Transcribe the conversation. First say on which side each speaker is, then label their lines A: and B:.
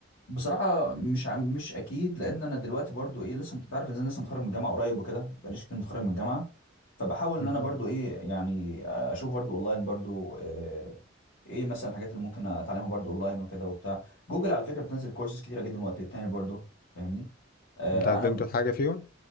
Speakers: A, on the left; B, on the left.
A: بصراحة مش عم مش أكيد لأن أنا دلوقتي برضو إيه لسه مت- تعرف إزاي أنا لسه متخرج من الجامعة قريب وكده بقاليش كتير متخرج من الجامعة فبحاول إن
B: مهم.
A: أنا برضو إيه يعني أشوف برضو أونلاين برضو آه، إيه مثلا الحاجات اللي ممكن أتعلمها برضو أونلاين وكده وبتاع جوجل على فكرة بتنزل كورسز كتيرة جدا من وقت للتاني برضو فاهمني آه،
B: انت قدمت
A: أنا
B: في حاجه فيهم